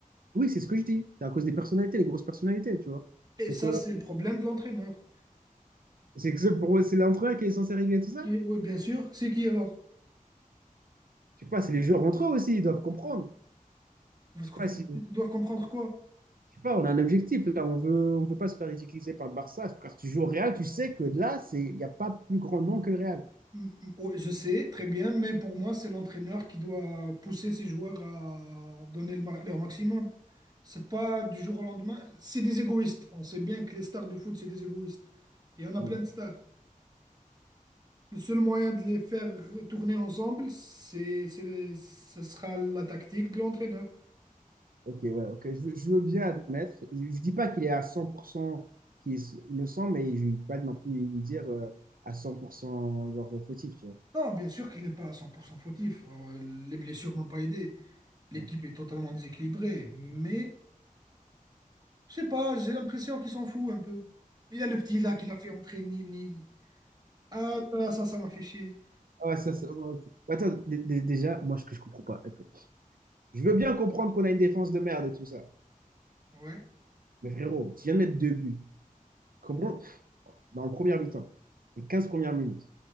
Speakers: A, on the right; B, on the right.
A: Oui, c'est ce que je dis. C'est à cause des personnalités, les grosses personnalités, tu vois.
B: Et
A: Donc,
B: ça,
A: euh,
B: c'est le problème de l'entraîneur.
A: c'est que c'est pour moi, c'est l'entraîneur qui est censé régler tout ça.
B: Oui, bien sûr, c'est qui alors?
A: Je sais pas, c'est les joueurs entre eux aussi, ils doivent comprendre.
B: Ils doivent
A: Je sais
B: comprendre
A: pas si,
B: ils doivent comprendre quoi?
A: je sais pas, on a un objectif là. On veut, on veut pas se faire ridiculiser par le Barça. Frère, tu joues au Real, tu sais que là, c'est, il y a pas plus grand nom que le Real.
B: Mm, mm, oui, je sais, très bien, mais pour moi, c'est l'entraîneur qui doit pousser ses joueurs à donner le ma- leur maximum. C'est pas du jour au lendemain. C'est des égoïstes. On sait bien que les stars du foot, c'est des égoïstes. Et on a
A: Bon.
B: plein de stars. Le seul moyen de les faire tourner ensemble, c'est, c'est- ce sera la tactique de l'entraîneur.
A: Ok, ouais, ok. Je, veux je veux bien admettre. Je ne dis pas qu'il est à 100% qu'il est innocent, mais je ne vais pas non plus lui dire euh, à 100% genre fautif, tu vois.
B: Non, bien sûr qu'il n'est pas à 100% fautif. Euh, Les blessures n'ont pas aidé. L'équipe
A: Ouais.
B: est totalement déséquilibrée. Mais Je sais pas, j'ai l'impression qu'il s'en fout un peu. Il y a le petit là qui l'a fait entrer, Nil, Nil. Ah, ça, ça, ça m'a fait chier.
A: Ah ouais, ça, ça- ouais, ok. Ouais, Attends, dé- dé- déjà, moi, ce que je comprends pas, écoute. Je veux bien comprendre qu'on a une défense de merde et tout ça.
B: Ouais,
A: Mais frérot, tu viens de mettre deux buts. Comment, dans le premier mi-temps, les 15 premières minutes,